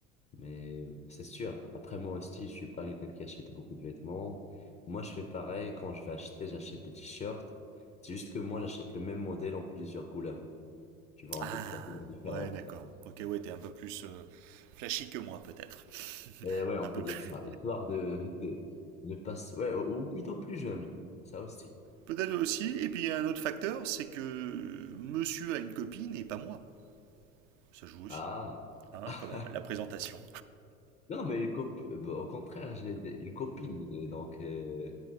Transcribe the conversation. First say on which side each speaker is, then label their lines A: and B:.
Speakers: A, on the left (about 20°); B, on the right (about 65°).
A: Mais c'est sûr. Après, moi aussi, je suis pas quelqu'un qui achète beaucoup de vêtements. Moi, je fais pareil. Quand je vais acheter, j'achète des t-shirts. C'est juste que moi, j'achète le même modèle en plusieurs couleurs. Tu vois, en
B: Ah,
A: deux, trois couleurs différentes.
B: ouais, d'accord. Ok, ouais, t'es un peu plus euh, flashy que moi, peut-être.
A: Et
B: <laughs>
A: ouais, on
B: un peu
A: peut dire
B: plus.
A: ça. Histoire de, de, de passer, ouais, ou ou plutôt plus jeune. Ça aussi.
B: Peut-être aussi. Et puis, il y a un autre facteur, c'est que monsieur a une copine et pas moi. Ça joue aussi.
A: Ah.
B: Hein,
A: <laughs>
B: quand même, la présentation.
A: Non, mais une copi- bah, au contraire, j'ai des- une copine. Et donc, euh,